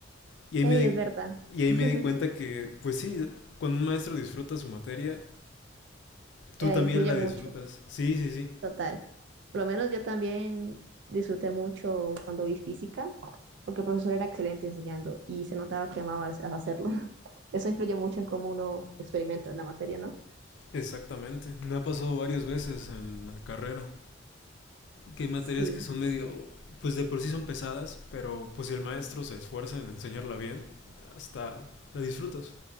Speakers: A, on the left (about 65°); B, on the right (about 65°).
A: Y ahí
B: ey,
A: me di,
B: es verdad.
A: y ahí
B: <laughs>
A: me di cuenta que, pues sí, cuando un maestro disfruta su materia, tú
B: Eh,
A: también
B: influye
A: la
B: mucho.
A: disfrutas. Sí, sí, sí.
B: Total. Por lo menos yo también disfruté mucho cuando vi física, porque el profesor era excelente enseñando y se notaba que amaba hac- hacerlo. <laughs> Eso influye mucho en cómo uno experimenta la materia, ¿no?
A: Exactamente, me ha pasado varias veces en la carrera, que hay materias
B: Sí,
A: que son medio, pues de por sí son pesadas, pero pues si el maestro se esfuerza en enseñarla bien, hasta la disfrutas.